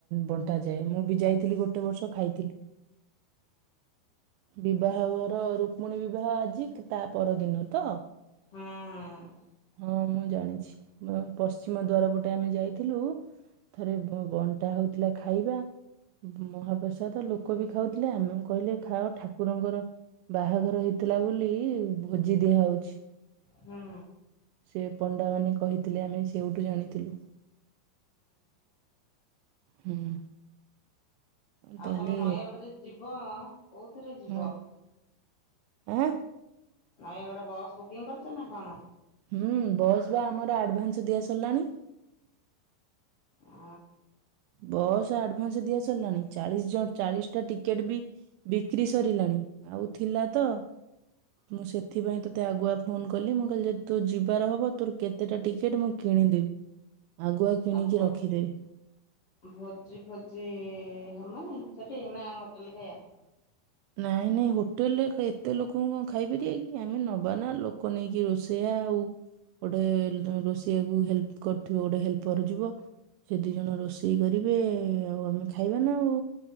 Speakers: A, on the right; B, on the left.
A: ବଣ୍ଟା ଯାଏ ମୁଁ ବି ଯାଇଥିଲି ଗୋଟେ ବର୍ଷ ଖାଇଥିଲି। ବିବାହ ଘର ରୁକ୍ମଣୀ ବିବାହ ଆଜି ତା ପରଦିନ ତ
B: ହଁଁ
A: ହଁ ମୁଁ ଜାଣିଛି ପଶ୍ଚିମ ଦ୍ୱାର ପଟେ ଆମେ ଯାଇଥିଲୁ ଥରେ ବ ବଣ୍ଟା ହୋଉଥିଲା ଖାଇବା ମହାପ୍ରସାଦ ଲୋକ ବି ଖାଉଥିଲେ ଆମେ କହିଲେ ଖାଅ ଠାକୁରଙ୍କର ବାହାଘର ହେଇଥିଲା ବୋଲି ଭୋଜି ଦିଆହଉଛି।
B: ହୁଁ।
A: ସେ ପଣ୍ଡାମାନେ କହିଥିଲେ ଆମେ ସେଉଠୁ ଜାଣିଥିଲୁ। ହୁଁ। ତାହେଲେ
B: ଆଉ ତମେ ନୟାଗଡ ଯଦି ଯିବ କୋଉଥିରେ ଯିବ।
A: ହଁ ଆଁ
B: ନୟାଗଡ଼ ବସ୍ ବୁକିଂ କରିଛ ନାଁ କଣ?
A: ହୁଁ ବସ୍ ବା ଆମର ଆଡ୍ ଭାନ୍ସ୍, ଦିଆ ସରିଲାଣି।
B: ଆ
A: ବସ୍ ଆଡ୍ ଭାନସ୍, ଦିଆ ସରିଲାଣି ଚାଳିସ୍ ଜ ଚାଳିସ୍ ଟା ଟିକେଟ୍ ବି ବିକ୍ରି ସରିଲାଣି ଆଉ ଥିଲା ତ ମୁଁ ସେଥିପାଇଁ ତୋତେ ଆଗୁଆ ଫୋନ କଲି ମୁଁ କହିଲି ଯେ ତୋ ଯିବାର ହବ ତୋର କେତେ ଟା ଟିକେଟ ମୁଁ ଫୁ କିଣିଦେବି ଆଗୁଆ କିଣିକି
B: ଭୋ
A: ରଖିଦେବି।
B: ଭୋଜି, ଫୋଜି ହବ ନାଁ ସେଠି ନାଁ ହୋଟେଲ୍ ରେ ଖାଇବା।
A: ନାଇଁ ନାଇଁ ହୋଟେଲ୍ ରେ ଏତେ ଲୋକଙ୍କୁ ଖାଇପରିବାକି, ଆମେ ନବା ନାଁ ଲୋକ ନେଇକି ରୋସେୟା ଆଉ ଗୋଟେ ରୋଷେଇଆକୁ ହେଲ୍ପ କରିଥିବ ଗୋଟେ ହେଲ୍ପର ଯିବ। ସେ ଦି ଜଣ ରୋଷେଇ କରିବେ ଆଉ ଆମେ ଖାଇବା ନା ଆଉ।